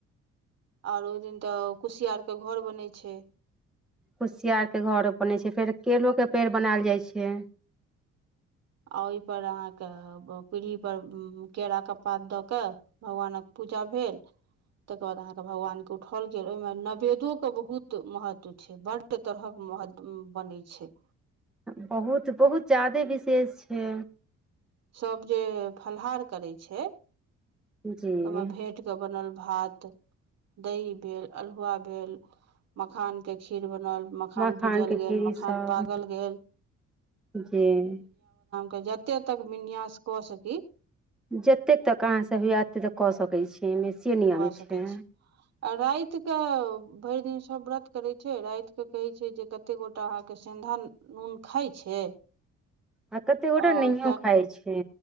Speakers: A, on the right; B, in the centre.
A: आओर ओहि दिन तऽ कुसियारकेँ घर बनै छै
B: कुसियारके घर बनै छै फेर केलोके पेड़ बनायल जाइ छै
A: आ ओहिपर अहाँके पीढ़ी पर केरा केँ पात दऽ क भगवानक पूजा भेल तकर बाद अहाँके भगवान केँ खौल गेल ओहिमे नैवेदोेक बहुत महत्व छै बड्ड तरहक महत्व बनै छै
B: बहुत बहुत ज्यादे विशेष छै
A: सभ जे फलाहार करै छै
B: जी
A: ओहिमे भेट के बनल भात दही भेल अल्हुआ भेल भेल मखान के खीर बनल मखान
B: मखानके
A: भूजल गेल
B: खीरी
A: मखान
B: सब
A: तागल गेल
B: जी
A: के जते तक विन्यास कऽ सकी
B: जतेक तक अहाँसँ होइए एतेक तक कऽ सकै छी एहिमे से नियम
A: कऽ सकै
B: छै
A: छी आ राति के भरि दिन सब व्रत करे छै राति के कहे छै जे कते गोटा अहाँ के सें धा नून खाइ छै
B: आ कतेक गोटा
A: आओर
B: नहींयो खाइ छै